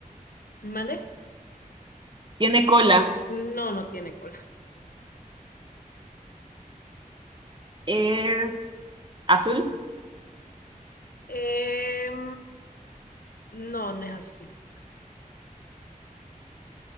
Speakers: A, on the left (about 80°); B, on the right (about 35°).
A: ¿Mandé?
B: Tiene cola.
A: No, no tiene cola.
B: ¿Es azul?
A: Em, no, no es azul.